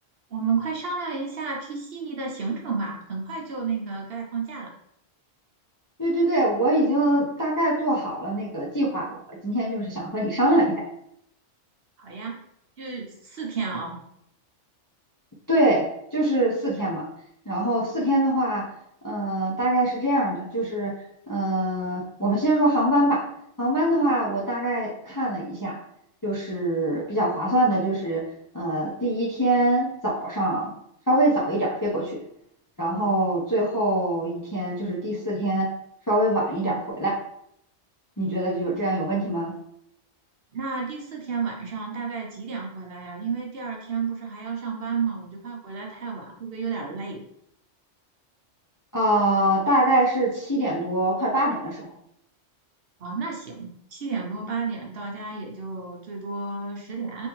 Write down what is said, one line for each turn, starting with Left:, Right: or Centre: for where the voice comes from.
Right: 我们快商量一下去悉尼的行程吧，很快就那个该放假了。
Left: 对对对，我已经大概做好了那个计划了。我今天就是想和你商量一下，
Right: 好呀，就四天啊。
Left: 对，就是四天嘛。然后四天的话，呃，大概是这样的，就是，呃，我们先说航班吧。航班的话，我大概看了一下，就是比较划算的，就是呃，第一天早上稍微早一点儿飞过去，然后最后一天就是第四天稍微晚一点儿回来。你觉得有这样有问题吗？
Right: 那第四天晚上大概几点回来呀？因为第二天不是还要上班嘛，我就怕回来太晚，会不会有点累？
Left: 呃，大概是七点多，快八点的时候，
Right: 啊？那行，七点多八点到家也就最多十点，